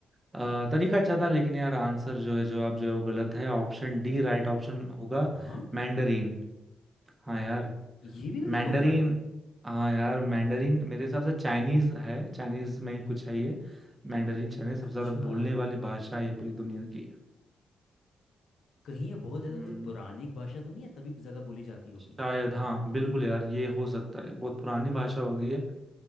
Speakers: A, on the right (about 20°); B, on the left (about 70°).
A: अ, तरीका अच्छा था लेकिन यार आंसर जो है जवाब जो है वो गलत है ऑप्शन डी राइट ऑप्शन होगा
B: हाँ
A: मैंडरीन हाँ यार
B: ये भी गलत
A: मैंडरीन
B: हो गया
A: हाँ यार मैंडरीन मेरे हिसाब से चाइनीज है चाइनीज में ही कुछ है ये मैंडरीन चाइनीज सबसे
B: अच्छा
A: ज्यादा बोलने वाली भाषा है ये पूरी दुनिया की
B: कहीं ये बहुत ज़्यादा
A: हम्म
B: कोई पौराणिक भाषा तो नहीं है तभी ज़्यादा बोली जाती होगी
A: शायद हाँ बिल्कुल यार ये हो सकता है बहुत पुरानी भाषा हो गई है